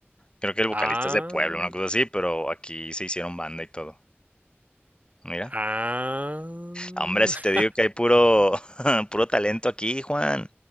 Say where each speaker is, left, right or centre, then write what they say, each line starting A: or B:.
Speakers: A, on the left (about 25°); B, on the right (about 35°).
A: Creo que el vocalista
B: ah,
A: es de Puebla, una cosa así, pero aquí se hicieron banda y todo. Mira,
B: ah.
A: hombre, si te digo
B: <laughs>
A: que hay puro, <laughs> puro talento aquí, Juan.